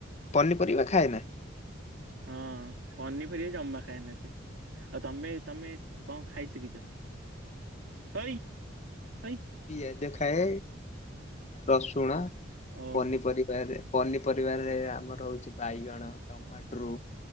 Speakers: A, on the left (about 35°); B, on the right (about 70°).
A: ପନିପରିବା ଖାଏ? ନା
B: ହଁ ପନିପରିବା ଜମା ଖାଏନା ସେ। ଆଉ ତୋମେ ତୋମେ କଣ ଖାଇ ଶିକିିଚ?
A: ହ
B: ହଇ, ହଇ।
A: ପିଆଜ ଖାଏ। ରସୁଣ
B: ଓହୋ
A: ପନିପରିବା ହେରେ ପନିପରିବାରେ ଆମର ହଉଚି ବାଇଗଣ, ଟମାଟ୍ରୁ,